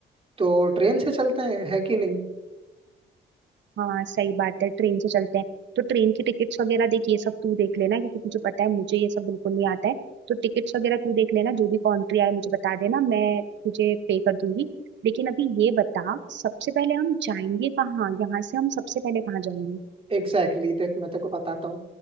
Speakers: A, on the right; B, on the right.
A: तो ट्रेन से चलते हैं है कि नहीं
B: हाँ सही बात है ट्रेन से चलते हैं तो ट्रेन की टिकट्स वगैरह देख ये सब तू देख लेना क्योंकि तुझे पता है मुझे ये सब बिल्कुल नहीं आता है तो टिकट्स वगैरह तू देख लेना जो भी कंट्री आए मुझे बता देना मैं तुझे पे कर दूंगी लेकिन अभी ये बता सबसे पहले हम जाएंगे कहाँ यहाँ से हम सबसे पहले कहाँ जाएंगे
A: एग्जैक्टली exactly, देख मैं तेको बताता हूँ